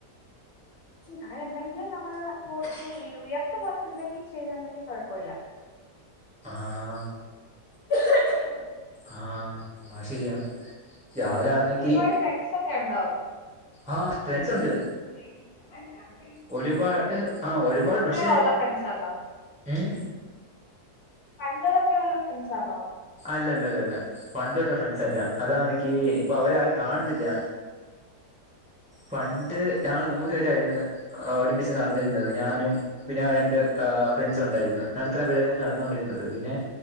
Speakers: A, on the left; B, in the centre.
A: അങ്ങനെ എന്തെങ്കിലും നമ്മള് പോ ഉയർത്ത പോലെ എന്തെങ്കിലും ചെയ്യുന്നുണ്ടെങ്കിൽ കുഴപ്പമില്ല
B: ആഹ്
A: <unintelligible>
B: ആഹ് ആത്ശരിയ രാലാണക്ക്
A: ഒരുപാട് ഫ്രണ്ട്സ് ഒക്കെ ഉണ്ടോ
B: ആഹ് ഫ്രണ്ട്സ് ഉണ്ട്
A: <unintelligible> സൈക്ക
B: ഒരുപാട് ആഹ് ഒരുപാട് പക്ഷേ
A: ഉള്ള ഫ്രണ്ട്സ് ആന്നോ
B: ഉം
A: പണ്ടതൊട്ടെ ഉള്ള ഫ്രഡ്‌സ് ണോ
B: അല്ലല്ല അല്ലല്ല പണ്ട് തൊട്ട ഫ്രണ്ട്സ് അല്ല അതാണി ഇപ്പൊ അവരർ കാണുന്നില്ല പണ്ട് ഞാള് മൂന്ന് പേരായിരുന്നു ഒരുമിച്ച് നടന്നിരുന്നത് ഞാനും പിന്നെ രണ്ട് ഫ്രണ്ട്സും ഉണ്ടായിരുന്നു അത്ത പേര നടന്നോണ്ടിരുന്നത് പിന്നെ